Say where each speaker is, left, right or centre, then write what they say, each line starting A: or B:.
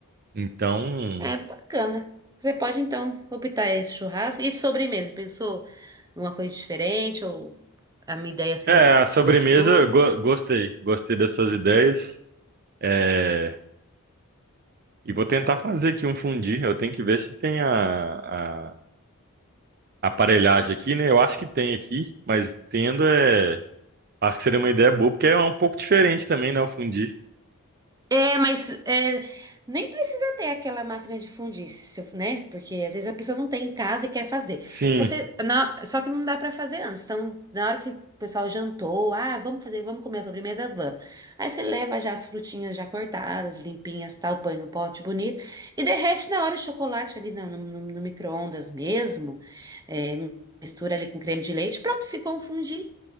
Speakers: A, on the right (about 45°); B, on the right (about 15°).
A: Então,
B: É bacana. Você pode então optar esse churrasco. E de sobremesa, pensou em uma coisa diferente? Ou a minha ideia assim,
A: é, a
B: você
A: sobremesa,
B: gostou?
A: eu go- gostei. Gostei das suas ideias. É, e vou tentar fazer aqui um fundi. Eu tenho que ver se tem a, a aparelhagem aqui, né? Eu acho que tem aqui, mas tendo é. Acho que seria uma ideia boa, porque é um pouco diferente também, né? O fundir.
B: É, mas é, nem precisa ter aquela máquina de fundir, se eu- né? Porque às vezes a pessoa não tem em casa e quer fazer.
A: Sim,
B: Você, na- só que não dá pra fazer antes. Então, na hora que o pessoal jantou, ah, vamos fazer, vamos comer a sobremesa, vamos. Aí você leva já as frutinhas já cortadas, limpinhas, tal, põe no pote bonito e derrete na hora o chocolate ali no, no, no micro-ondas mesmo. É, mistura ali com creme de leite, pronto, ficou um fondue.